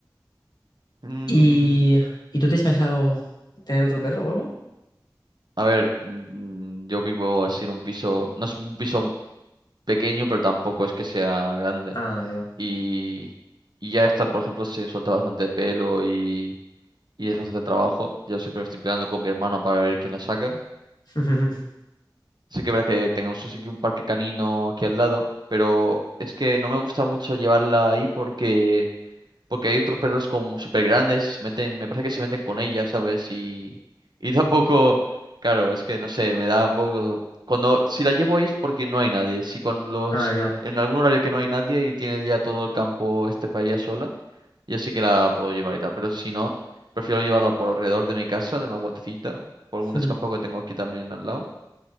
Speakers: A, on the right; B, on the left.
A: Mm,
B: ¿Y, ¿y tú te has pensado tener otro perro o algo?
A: a ver, mm, yo vivo así en un piso, no es un piso pequeño, pero tampoco es que sea grande.
B: Ah, ya.
A: Y, y ya está, por ejemplo, se suelta bastante pelo y, y es bastante trabajo. Yo siempre me estoy peleando con mi hermano para ver quién la saca.
B: <laughs>
A: Sí que es verdad que tenemos así que un parque canino aquí al lado, pero es que no me gusta mucho llevarla ahí porque, porque hay otros perros como súper grandes y se meten, me parece que se meten con ella, ¿sabes? Y, y <laughs> tampoco, claro, es que no sé, me da un poco... Cuando, si la llevo ahí es porque no hay nadie. Si con los,
B: Ah, ya.
A: en algún horario que no hay nadie y tiene ya todo el campo este para ella sola, ya sí que la puedo llevar y tal, pero si no, prefiero llevarla por alrededor de mi casa, de una vueltecita, por algún
B: Hmm,
A: descampado que tengo aquí también al lado